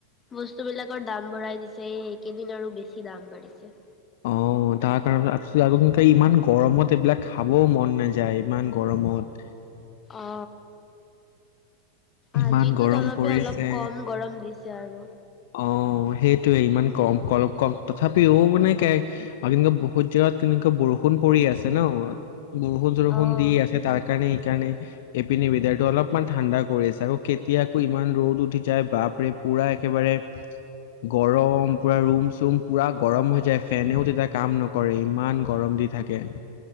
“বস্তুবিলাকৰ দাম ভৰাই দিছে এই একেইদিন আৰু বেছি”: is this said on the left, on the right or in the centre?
Left